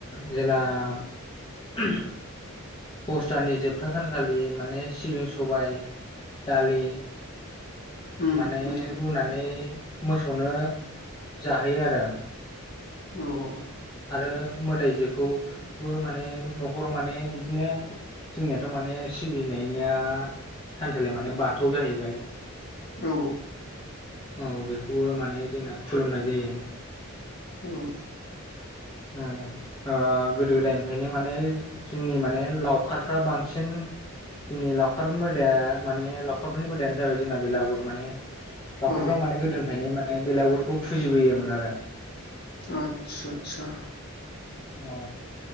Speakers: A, on the left; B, on the left.
A: जेला ओह दसदाननि जोबथा सानखालि माने सिबिं सबाय दालि
B: उम
A: माने
B: नोंथां
A: रुनानै मोसौनो जाहोयो आरो
B: औ
A: आरो मोदायजोखौबो माने न'खराव माने बिदिनो जोंनियाथ' माने सिबिनायनिया थानसालिया माने बाथौ जाहैबाय
B: औ
A: औ बेखौबो माने जोंना खुलुमनाय जायो
B: औ
A: ओ ओ गोदो गोदायनिफ्रायनो माने जोंनि माने लावखार फ्रा बांसिन जोंनि लावखार मोदाया माने लावखार फोरनि मोदायानो जाबाय जोंना बेलागुर माने लावखारफ्रा
B: औ
A: माने गोदोनिफ्रायनो माने बेलागुर बेखौ फुजिबोयोमोन आरो
B: आतसा आतसा
A: ओ